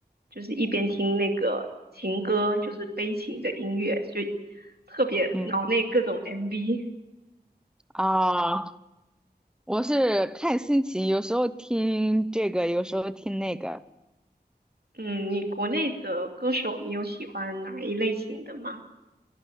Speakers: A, on the right; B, in the centre.
A: 就是一边听那个情歌，就是悲情的音乐，就特别脑内各种
B: 嗯
A: MV。
B: 啊，我是看心情，有时候听这个，有时候听那个。
A: 嗯，你国内的歌手，你有喜欢哪一类型的吗？